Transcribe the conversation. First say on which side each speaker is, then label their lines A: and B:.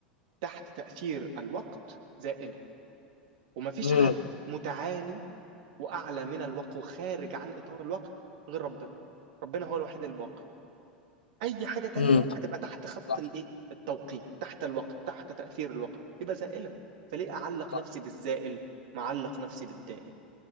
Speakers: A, on the right; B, on the left.
A: تحت تاثير الوقت زائله ومفيش
B: امم
A: حد متعالي واعلى من الوقت وخارج عن اطار الوقت غير ربنا ربنا هو الوحيد الباقي اي حاجه تانية
B: امم
A: هتبقى تحت خط
B: صح
A: الايه التوقيت تحت الوقت تحت تاثير الوقت يبقى زائله فليه اعلق
B: صح
A: نفسي بالزائل معلق نفسي بالدائم